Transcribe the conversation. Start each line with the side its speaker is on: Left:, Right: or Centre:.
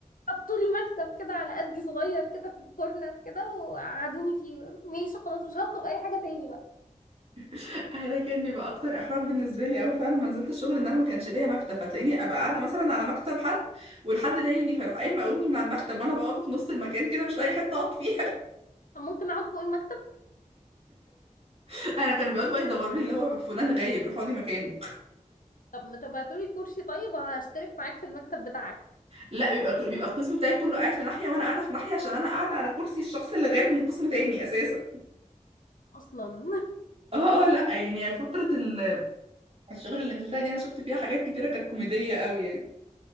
Left: حطوا لي مكتب كده على قدي صغير كده في الكورنر كده وقعدوني فيه ماشي خلاص مش هطلب اي حاجه تاني بقى
Right: <laughs> انا كان بيبقى اكتر احراج بالنسبه لي اول فعلا ما نزلت الشغل ان انا ما كانش ليا مكتب فتلاقيني ابقى قاعده مثلا على مكتب حد والحد ده يجي فيروح قايم مقومني من على المكتب وانا بقى واقفه في نص المكان كده مش لاقي حته اقعد فيها
Left: طب ممكن اقعد فوق المكتب
Right: <laughs> انا كانوا بيقعدوا بقى يدوروا لي اللي هو فلان غايب روح اقعدي مكانه
Left: طب طب هاتولي كرسي طيب هشترك معاك في المكتب بتاعك
Right: لا بيبقى بيبقى القسم بتاعي كله قاعد في ناحيه وانا قاعده في ناحيه عشان انا قاعده على كرسي الشخص اللي غايب من قسم تاني اساسا
Left: اصلا
Right: اه اه لا يعني فترة ال- الشغل اللي نزلتها دي انا شفت فيها حاجات كتيرة كانت كوميدية قوي يعني